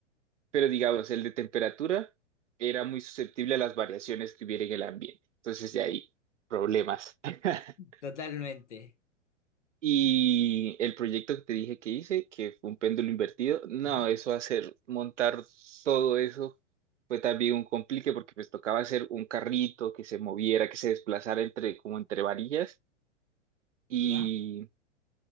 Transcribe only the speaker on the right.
pero digamos, el de temperatura era muy susceptible a las variaciones que hubiera en el ambiente, entonces de ahí problemas. <laughs>
Y el proyecto que te dije que hice, que fue un péndulo invertido, no,
eso hacer, montar todo eso fue también un complique porque pues tocaba hacer un carrito que se moviera, que se desplazara entre, como entre varillas y,